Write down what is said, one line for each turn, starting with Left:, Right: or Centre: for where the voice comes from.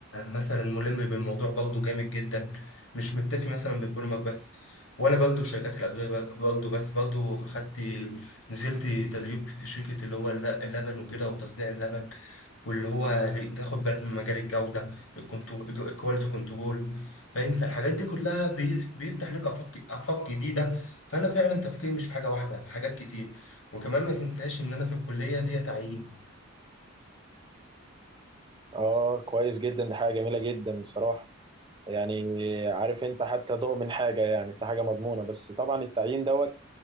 Left: مثلا ملم بالموضوع برضه جامد جدا مش متفق مثلا بالبرمج بس ولا برضه شركات الادويه برضه بس برضه خدت نزلت تدريب في شركه اللي هو الل- اللبن وكده وتصنيع اللبن واللي هو تاخد بالك من مجال الجودة الكواليتي كنترول فانت الحاجات دي كلها بي- بيفتح لك آفاق آفاق جديدة فأنا فعلا تفكيري مش في حاجة واحدة في حاجات كتير وكمان ما تنساش إن أنا في الكلية ليا تعيين
Right: اه كويس جدا دي حاجه جميله جدا بصراحه يعني عارف انت حتى ضوء من حاجة يعني في حاجة مضمونة بس طبعا التعيين دوت